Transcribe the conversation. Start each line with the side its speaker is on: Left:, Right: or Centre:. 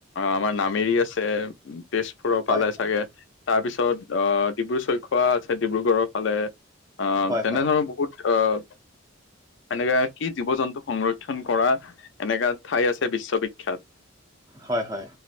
Left: আমাৰ নামেৰি আছে তেজপুৰ ফালে
Right: হয়
Left: চাগে। তাৰপিছত অ', ডিব্ৰু চৈখোৱা আছে ডিব্ৰুগড়ৰ ফালে, অ'
Right: হয়
Left: তেনেধৰনৰ
Right: হয়
Left: বহুত অ', এনেকা কি জীৱ-জন্তু সংৰ ক্ষণ কৰা এনেকা ঠাই আছে বিশ্ববিখ্যাত।
Right: হয়, হয়।